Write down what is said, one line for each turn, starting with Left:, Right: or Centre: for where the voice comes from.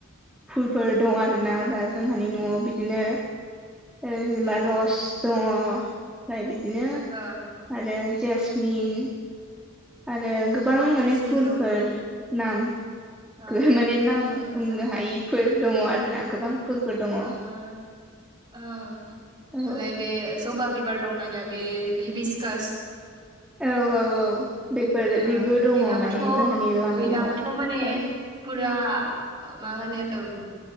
Centre: फुलफोर दं आरोना
Right: ओ
Centre: दा जोंहानि न'आव बिदिनो ओ जेनेबा
Right: उम
Centre: रस दङ ओमफाय बिदिनो
Right: ओ
Centre: आरो जेसमिन आरो गोबां माने
Right: जेसमिन
Centre: फुलफोर
Right: दङ
Centre: नाम
Right: ओ
Centre: गो माने नाम
Right: ओ
Centre: बुंनो
Right: जोङो
Centre: हायिफोर दङ आरोना गोबां फुलफोर दङ
Right: ओ
Centre: औ
Right: ओ ओ
Centre: औ
Right: दालाय बे जबा बिबार दंना गैया बे हिबिस्कास
Centre: औ औ औ बेफोर
Right: ओ
Centre: बेबो दङ
Right: बेनाबोथ'
Centre: माने जोंहानि लामायाव
Right: बेनाबोथ' माने
Centre: औ
Right: फुरा मा होनो